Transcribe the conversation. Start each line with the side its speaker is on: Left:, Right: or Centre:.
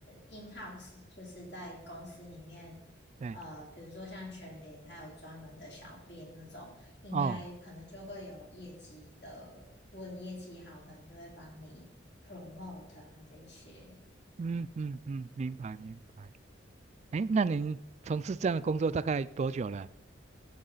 Left: in house，就是在公司里面，
Right: 对，
Left: 呃，比如说像全联，它有专门的小编那种，应该可能就会有业绩的。
Right: 哦，
Left: 如果你业绩好，可能就会帮你 promote 啊这一些。
Right: 嗯嗯嗯，明白明白。哎，那您从事这样的工作大概多久了？